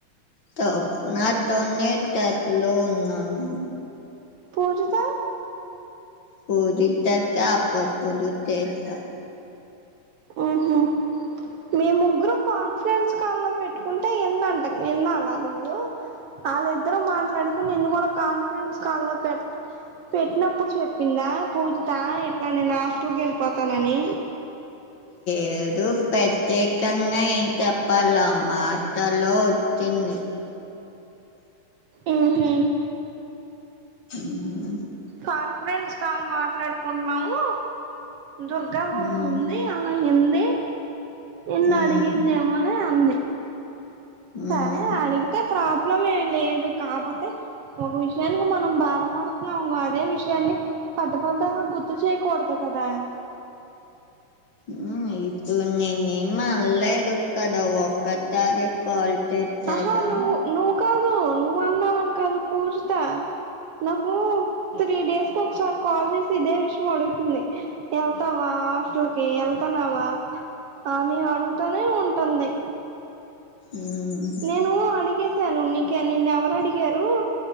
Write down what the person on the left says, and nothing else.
తో నాతో నే తట్లో ఉన్నాను
పూజిత అక్కా అప్పుడప్పుడు చేస్తా
లేదు ప్రత్యేకంగా ఏం తప్పాలో మాటలో వచ్చింది
ఉ
మ్మ్
మ్మ్
మ్మ్
హ్మ్ ఇప్పుడు నేను ఏం అనలేదు కదా ఒక సారే కాల్ చేశాగా
మ్మ్